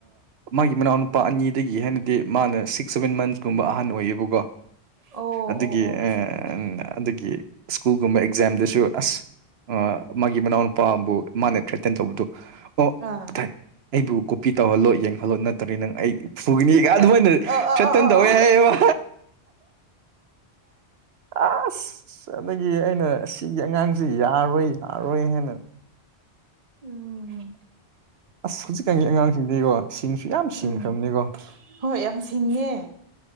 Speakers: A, on the right; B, on the right.
A: ꯃꯥꯒꯤ ꯃꯅꯥꯎꯅꯨꯄꯥ ꯑꯅꯤꯗꯒꯤ ꯍꯦꯟꯅꯗꯤ ꯃꯥꯅ ꯁꯤꯛꯁ ꯁꯚꯦꯟ ꯃꯟꯁꯀꯨꯝꯕ ꯑꯍꯟ ꯑꯣꯏꯌꯦꯕꯀꯣ
B: ꯑꯣ
A: ꯑꯗꯨꯒꯤ
B: ꯑꯣ ꯑꯣ
A: ꯑꯦ ꯑꯪ ꯑꯗꯨꯒꯤ ꯁ꯭ꯀꯨꯜꯒꯨꯝꯕ ꯑꯦꯛꯖꯥꯝꯗꯁꯨ ꯑꯁ ꯑ ꯃꯥꯒꯤ ꯃꯅꯥꯎꯅꯨꯄꯥ ꯑꯝꯕꯨ ꯃꯥꯅ ꯊ꯭ꯔꯦꯇꯟ ꯇꯧꯕꯗꯨ ꯑꯣ
B: ꯑꯥ
A: ꯊꯩ ꯑꯩꯕꯨ ꯀꯣꯄꯤ ꯇꯧꯍꯜꯂꯣ ꯌꯦꯡꯍꯜꯂꯣ ꯅꯠꯇ꯭ꯔꯗꯤ ꯅꯪ ꯑꯩ ꯐꯨꯒꯅꯤꯒ ꯑꯗꯨꯃꯥꯏꯅ
B: ꯑ ꯑ ꯑ
A: ꯊꯔꯦꯇꯟ
B: ꯑ ꯑ
A: ꯇꯧꯑꯦ
B: ꯑ
A: ꯍꯥꯏꯌꯦꯕ ꯑꯁ ꯑꯗꯒꯤ ꯑꯩꯅ ꯁꯤꯒꯤ ꯑꯉꯥꯡꯁ ꯆꯤ ꯌꯥꯔꯣꯏ ꯌꯥꯔꯣꯏ ꯍꯥꯏꯅ
B: ꯎꯝ
A: ꯑꯁ ꯍꯧꯖꯤꯛꯀꯥꯟꯒꯤ ꯑꯉꯥꯡꯁꯤꯡꯗꯤꯀꯣ ꯁꯤꯡꯁꯨ ꯌꯥꯝ
B: ꯎꯝ
A: ꯁꯤꯡꯈ꯭ꯔꯕꯅꯤꯀꯣ
B: ꯍꯣꯏ ꯌꯥꯝ ꯁꯤꯡꯉꯦ